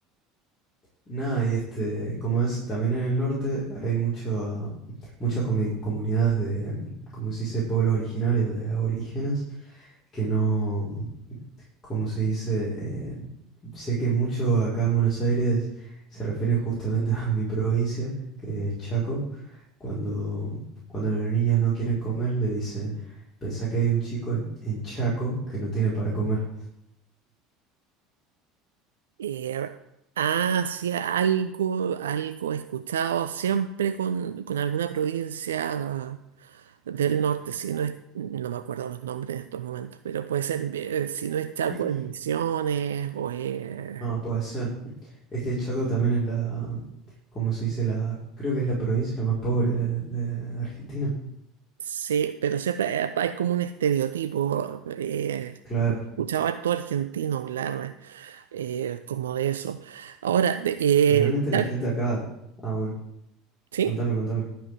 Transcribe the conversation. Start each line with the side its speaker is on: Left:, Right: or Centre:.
Left: nada, y este, como es, también en el norte hay mucho, muchas comi- comunidades de, como se dice, pueblos originarios, de aborígenes, que no, como se dice, eh, sé que mucho acá en Buenos Aires se refieren justamente <laughs> a mi provincia, que es Chaco, Cuando, cuando los niños no quieren comer, le dicen, pensá que hay un chico en, en Chaco que no tiene para comer.
Right: Eh, hacia algo, algo he escuchado siempre con, con alguna provincia del norte, si no es, no me acuerdo los nombres en estos momentos, pero puede ser, eh, si no es Chaco,
Left: <clears throat>
Right: en Misiones o eh,
Left: No, puede ser. Es que Chaco también es la, ¿cómo se dice? La, creo que es la provincia más pobre de, de Argentina.
Right: Sí, pero siempre eh, hay como un estereotipo. eh,
Left: Claro.
Right: escuchaba a todo argentino hablar. eh, como de eso. Ahora, de- eh,
Left: Generalmente la
Right: ah,
Left: gente acá. Ah, bueno,
Right: sí,
Left: contame, contame.